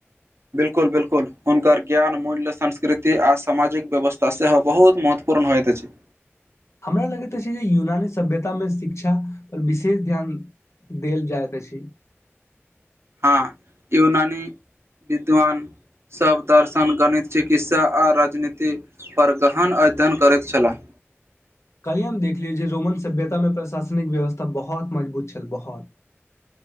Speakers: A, on the right; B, on the left.
A: बिलकुल बिल्कुल हुनकर ज्ञान मूल्य संस्कृति आ सामाजिक व्यवस्था सेहो बहुत महत्व पूर्ण होइत अछि
B: हमरा लगैत छै जे यूनानी सभ्यतामे शिक्षा पर विशेष ध्यान देल जाएत अछि
A: हँ यूनानी विद्वान सभ दर्शन गणित चिकित्सा आ राजनीतिपर गहन अध्ययन करैत छलाह
B: कालहि हम देखलियै जे रोमन सभ्यता मे प्रशासनिक व्यवस्था बहौत मजबूत छल बहौत